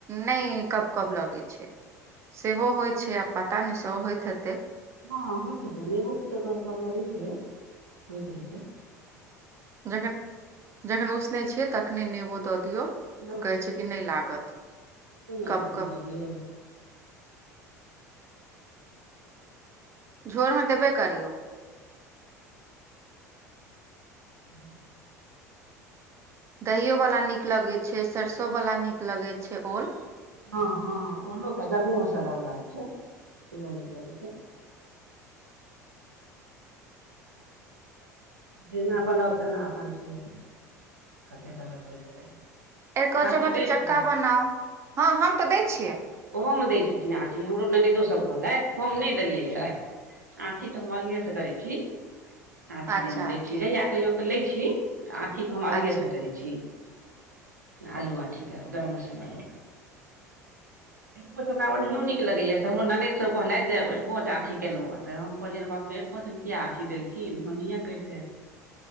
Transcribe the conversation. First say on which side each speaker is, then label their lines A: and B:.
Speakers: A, on the right; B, on the right.
A: ने कब कब लगे छै सेहो होइ छै आ पता नै सेहो होइत हैते
B: हँ होयत हैते नेबो स तऽ कब कब मरे छै होइ त हेते
A: जखन जखन उसनेय छियै तखने नेबो दऽ दियौ
B: <inaudible>
A: तऽ कहै छै कि नहि लागत
B: एक
A: कब
B: रती
A: कब
B: कर दीयो
A: झोर मे देबे करियौ
B: <inaudible> <inaudible>
A: दहिओवला नीक लगैत छै सरिसोवला नीक लगैत छै ओल
B: हँ हँ ओल गर्मो मसाला वाला होइ छै तैयो नीक लगे छैय जेना बनब तेना अपन छियै <inaudible>
A: एरकचो
B: आँठी
A: मे
B: दै
A: तऽ चक्का
B: छै
A: बनाउ हँ हम तऽ दै छियै
B: ओहो मे दै छथिन आथी हमरो ननदो सब कहलथि हम नय देलियै या आठी तऽ हम करै छी आठी
A: अच्छा
B: लै छी
A: ठीक
B: जहिया कहियो के लै छी तऽ आँखिक हम अलगे
A: अच्छा
B: से करै छी छी आलूआ ठीक अय आब गरम मसाला एरकोंच हमरा ओनहियो नीक लगेये तऽ हमरो ननद सब कहलथि जे ओड़को च अथी केलौं हम कहलियै ने बाप रे कोच मे किये आंठी देलखिन होनहियें करतैथ